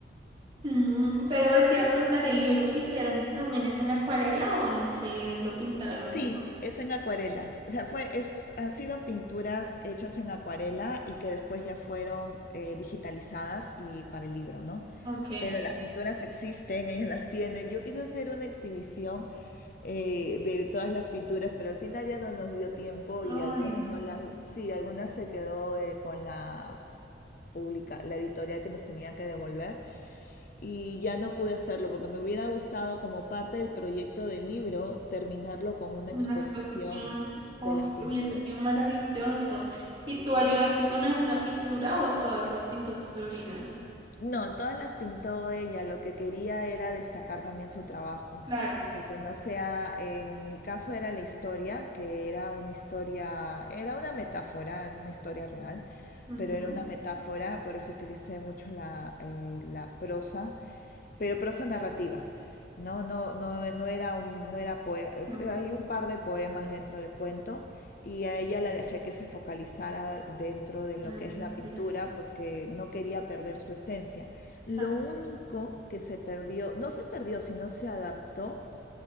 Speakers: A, on the right; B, on the left.
A: Ujú, Pero ven, te iba a preguntar, ¿el libro que hicieron también es en acuarela o en qué lo pintaron?
B: Sí, es en acuarela. O sea, fue, es, han sido pinturas hechas en acuarela y que después ya fueron eh, digitalizadas y para el libro, ¿no?
A: Ok.
B: Pero las pinturas existen, ellas las tienen. Yo quise hacer una exhibición eh, de todas las pinturas, pero al final ya no nos dio tiempo
A: Ay,
B: y algunas
A: no.
B: no las, sí, algunas se quedó eh, con la pública, la editorial que nos tenía que devolver y ya no pude hacerlo porque me hubiera gustado como parte del proyecto del libro terminarlo con una
A: Una
B: exposición
A: exposición. Uf,
B: de las pinturas.
A: hubiese sido maravilloso. ¿Y tú ayudaste con alguna pintura o todas las pintó tu sobrina?
B: No, todas las pintó ella. Lo que quería era destacar también su trabajo.
A: Claro.
B: O sea, que no sea, en mi caso era la historia, que era una historia, era una metáfora, una historia real,
A: Ujú.
B: pero era una metáfora, por eso utilicé mucho la, eh, la prosa, pero prosa narrativa. No, no, no, no era un, no era poe- es-
A: Ma-
B: Hay un par de poemas dentro del cuento y a ella la dejé que se focalizara dentro de lo
A: mm,
B: que es la
A: de
B: pintura
A: la-
B: porque no quería perder su esencia.
A: Claro.
B: Lo único que se perdió, no se perdió, sino se adaptó,